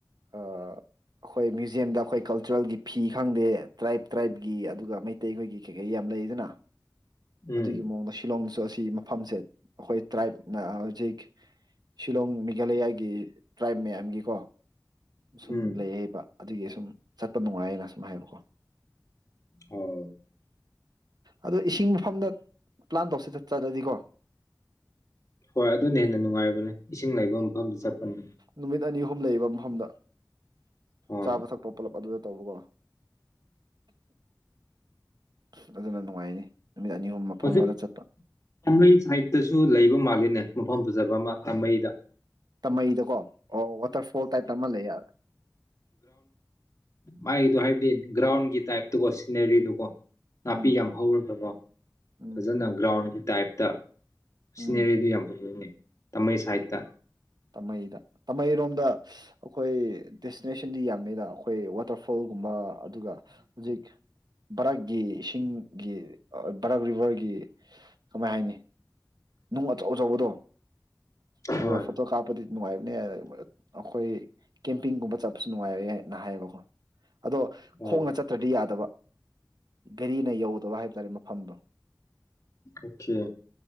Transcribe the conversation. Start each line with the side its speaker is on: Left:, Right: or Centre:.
Right: ꯑꯩꯈꯣꯏ ꯃ꯭ꯌꯨꯖ꯭ꯌꯝꯗ ꯑꯩꯈꯣꯏ ꯀꯜꯆꯔꯦꯜꯒꯤ ꯐꯤ ꯈꯪꯗꯦ ꯇ꯭ꯔꯥꯏꯞ ꯇ꯭ꯔꯥꯏꯞꯀꯤ ꯑꯗꯨꯒ ꯃꯩꯇꯩꯈꯣꯏꯒꯤ ꯀꯩꯀꯩ ꯌꯥꯝ ꯂꯩꯗꯅ
Left: ꯎꯝ
Right: ꯑꯗꯨꯒꯤ ꯃꯑꯣꯡꯗ ꯁꯤꯂꯣꯡ ꯁ ꯑꯁꯤ ꯃꯐꯝꯁꯦ ꯑꯩꯈꯣꯏ ꯇ꯭ꯔꯥꯏꯞ ꯍꯧꯖꯤꯛ ꯁꯤꯂꯣꯡ ꯃꯦꯘꯥꯂꯌꯥꯒꯤ ꯇ꯭ꯔꯥꯏꯞ ꯃꯌꯥꯝꯒꯤꯀꯣ ꯁꯨꯝ
Left: ꯎꯝ
Right: ꯂꯩꯌꯦꯕ ꯑꯗꯨꯒꯤ ꯁꯨꯝ ꯆꯠꯄ ꯅꯨꯡꯉꯥꯏꯌꯦꯅ ꯁꯨꯝ ꯍꯥꯏꯕꯀꯣ
Left: ꯑꯣ
Right: ꯑꯗꯣ ꯏꯁꯤꯡ ꯃꯐꯝꯗ ꯄ꯭ꯂꯥꯟ ꯇꯧꯁꯤꯗ ꯆꯠꯂꯗꯤꯀꯣ
Left: ꯍꯣꯏ ꯑꯗꯨꯅ ꯍꯦꯟꯅ ꯅꯨꯡꯉꯥꯏꯕꯅꯦ ꯏꯁꯤꯡ ꯂꯩꯕ ꯃꯐꯝꯗ ꯆꯠꯄꯅꯤ
Right: ꯅꯨꯃꯤꯠ ꯑꯅꯤ ꯑꯍꯨꯝ ꯂꯩꯕ ꯃꯐꯝꯗ
Left: ꯍꯣꯏ
Right: ꯆꯥꯕ ꯊꯛꯄ ꯄꯨꯂꯞ ꯑꯗꯨꯗ ꯇꯧꯕꯀꯣ ꯐꯖꯅ ꯅꯨꯡꯉꯥꯏꯅꯤ ꯅꯨꯃꯤꯠ ꯑꯅꯤ ꯑꯍꯨꯝ ꯃꯐꯝ
Left: ꯍꯧꯖꯤꯛ
Right: ꯑꯃꯗ ꯆꯠꯄ
Left: ꯄꯝꯕꯩ ꯁꯥꯏꯗꯠꯇꯁꯨ ꯂꯩꯕ ꯃꯥꯜꯂꯦꯅꯦ ꯃꯐꯝ ꯄꯨꯖꯕ ꯑꯃ ꯇꯥꯃꯩꯗ
Right: ꯇꯃꯩꯗꯀꯣ ꯑꯣ ꯋꯥꯇꯔꯐꯣꯜ ꯇꯥꯏꯞꯇ ꯑꯃ ꯂꯩ ꯌꯥꯔꯦ
Left: ꯃꯒꯤꯗꯣ ꯍꯥꯏꯕꯗꯤ ꯒ꯭ꯔꯥꯎꯟꯒꯤ ꯇꯥꯏꯞꯇꯀꯣ ꯁꯤꯅꯔꯤꯗꯨꯣꯀꯣ ꯅꯥꯄꯤ
Right: ꯎꯝ
Left: ꯌꯥꯝ ꯍꯧꯔꯕꯕꯣ
Right: ꯎꯝ
Left: ꯐꯖꯅ ꯒ꯭ꯔꯥꯎꯟ ꯇꯥꯏꯞꯇ
Right: ꯎꯝ
Left: ꯁꯤꯅꯦꯔ ꯌꯥꯝꯅꯤ ꯇꯃꯩ ꯁꯥꯍꯤꯠꯇ
Right: ꯇꯥꯃꯩꯗ ꯇꯥꯃꯩꯔꯣꯝꯗ ꯑꯩꯈꯣꯏ ꯗꯦꯁꯇꯤꯅꯦꯁꯟꯗꯤ ꯌꯥꯝꯃꯤꯗ ꯑꯩꯈꯣꯏ ꯋꯥꯇꯔꯐꯣꯜꯒꯨꯝꯕ ꯑꯗꯨꯒ ꯍꯧꯖꯤꯛ ꯚꯔꯛꯀꯤ ꯏꯁꯤꯡ ꯒꯤ ꯕꯔꯛ ꯚꯔꯒꯤ ꯀꯃꯥꯏ ꯍꯥꯏꯅꯤ ꯅꯨꯡ ꯑꯆꯧ ꯑꯆꯧꯕꯗꯣ ꯑꯗꯨꯗ
Left: ꯍꯣꯏ
Right: ꯋꯥ ꯐꯠꯇꯣ ꯀꯥꯞꯄꯗꯤ ꯅꯨꯡꯉꯥꯏꯕꯅꯦ ꯑꯩꯈꯣꯏ ꯀꯦꯝꯄꯤꯡꯒꯨꯝꯕ ꯆꯠꯄꯁꯨ ꯅꯨꯡꯉꯥꯏꯕꯅ ꯍꯥꯏꯌꯦꯕꯀꯣ ꯑꯗꯣ
Left: ꯑꯣ
Right: ꯈꯣꯡꯅ ꯆꯠꯇ꯭ꯔꯗꯤ ꯌꯥꯗꯕ ꯘꯔꯤꯅ ꯌꯧꯗꯕ ꯍꯥꯏꯕ ꯇꯥꯔꯦ ꯐꯗ
Left: ꯑꯀꯦ